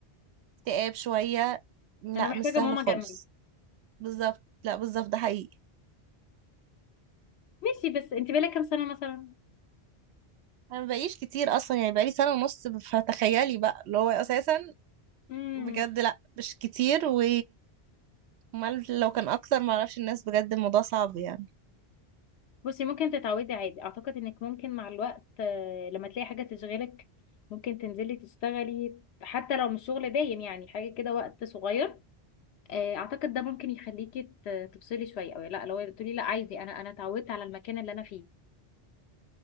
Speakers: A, on the right (about 85°); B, on the left (about 80°).
A: اكتئاب شوية لا
B: انا محتاجه
A: مش سهل
B: ماما
A: خالص
B: جنبي
A: بالظبط لا بالظبط ده حقيقي
B: ماشي بس انت بقالك كام سنه مثلا
A: انا مبقيش كتير اصلا يعني بقالي سنة ونص فتخيلي بقى اللي هو اساسا
B: امم
A: بجد لا مش كتير و أمال لو كان اكتر معرفش الناس بجد الموضوع صعب يعني
B: بصي ممكن تتعودي عادي اعتقد انك ممكن مع الوقت آه، لما تلاقي حاجه تشغلك ممكن تنزلي تشتغلي حتى لو مش شغل دايم يعني حاجه كده وقت صغير آه، اعتقد ده ممكن يخليكي ت- تفصلي شويه او لا لو تقولي لا عايزه انا انا اتعودت على المكان اللي انا فيه